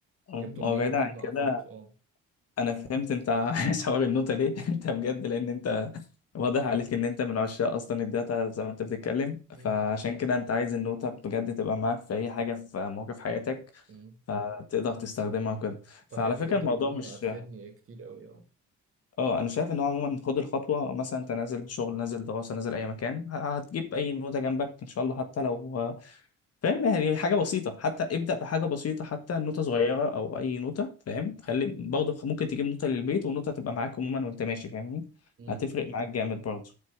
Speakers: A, on the left; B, on the right.
A: اه
B: جبته
A: ما
B: منين
A: هو بعيد
B: وفيما
A: عن كده
B: انفقته اه
A: انا فهمت انت <laughs> عايز حوار النوتة ليه <laughs> انت بجد لان انت واضح عليك ان انت من عشاق اصلا الداتا زي ما انت بتتكلم
B: أمم،
A: فعشان كده انت عايز النوتة بجد تبقى معاك في اي حاجة في موقف حياتك
B: أمم.
A: فتقدر تستخدمها وكده فعلى
B: ففكرة
A: فكرة
B: التدوين
A: الموضوع مش
B: هتفيدني كتير قوي اه
A: اه انا شايف ان هو عموما خد الخطوة مثلا انت نازل شغل نازل دراسة نازل اي مكان ه- هتجيب اي نوتة جنبك ان شاء الله حتى لو فاهم يعني حاجة بسيطة حتى ابدأ بحاجة بسيطة حتى نوتة صغيرة أو أي نوتة فاهم خلي برضه ممكن تجيب نوتة للبيت ونوتة تبقى معاك عموما وأنت ماشي فاهمني
B: أمم.
A: هتفرق معاك جامد برضه